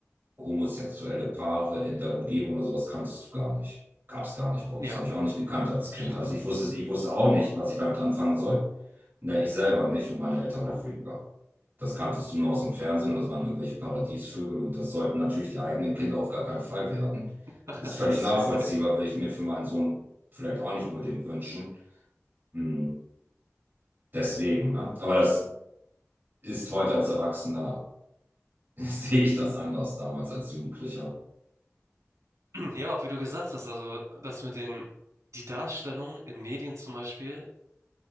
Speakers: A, on the right; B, on the right.
A: homosexuelle Paare in der Umgebung oder sowas kanntest du gar nicht. Gab es gar nicht bei uns.
B: Ja,
A: Habe ich auch nicht gekannt als
B: stimmt
A: Kind. Also
B: auch.
A: ich
B: <laughs>
A: wusste, ich wusste auch nicht, was ich damit anfangen soll. Ne, ich selber nicht und meine Eltern dafür gar. Das kanntest du nur aus dem Fernsehen und das waren irgendwelche Paradiesvögel und das sollten natürlich die eigenen Kinder auf gar keinen Fall werden.
B: Paradieshöke.
A: Ist völlig nachvollziehbar, will ich mir für meinen Sohn vielleicht auch nicht unbedingt wünschen. Hm, Deswegen, ne? Aber das ist heute als Erwachsener, <laughs> sehe ich das anders damals als Jugendlicher.
B: <clears throat> Ja, aber auch wie du gesagt hast, also das mit den, die Darstellung in Medien zum Beispiel,